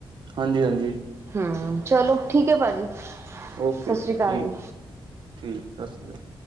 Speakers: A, on the right; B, on the right.
A: ਹਾਂਜੀ ਹਾਂਜੀ
B: ਹੂੰ ਚਲੋ ਠੀਕ ਹੈ, ਭਾਜੀ ਸਤਿ
A: ਓਕੇ
B: ਸ੍ਰੀ ਅਕਾਲ
A: ਠੀਕ
B: ਜੀ।
A: ਠੀਕ ਸਤਿ ਸ਼੍ਰੀ ਅਕਾਲ।